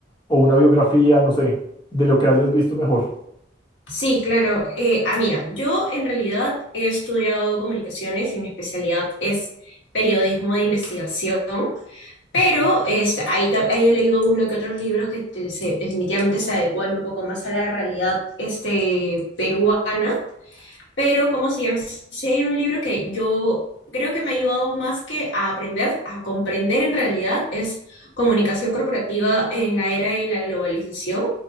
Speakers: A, on the left; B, on the left.
A: o una biografía, no sé, de lo que hayas visto mejor.
B: Sí, claro. Eh, ah, mira, yo en realidad he estudiado comunicaciones y mi especialidad es periodismo de investigación, pero
A: Ok,
B: este, ahí, ta- ahí he leído uno que otros libros que te- se- definitivamente se adecuan un poco más a la realidad este, peruana pero ¿cómo se llama? Sí sí hay un libro que yo creo que me ha ayudado más que a aprender, a comprender en realidad, es Comunicación Corporativa en la Era de la Globalización.